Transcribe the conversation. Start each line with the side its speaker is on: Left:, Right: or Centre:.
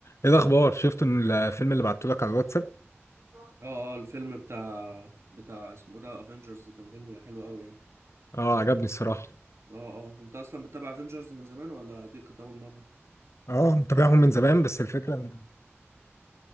Left: ايه الاخبار شفت إن الفيلم اللي بعته لك على الواتساب
Right: اه اه الفيلم بتاع بتاع اسمه إيه ده افنجرز كان فيلم حلو قوي يعني
Left: اه عجبني الصراحه
Right: اه اه انت اصلا بتتابع افنجرز من زمان ولا دي كانت اول مره
Left: اه متابعهم من زمان بس الفكره إن-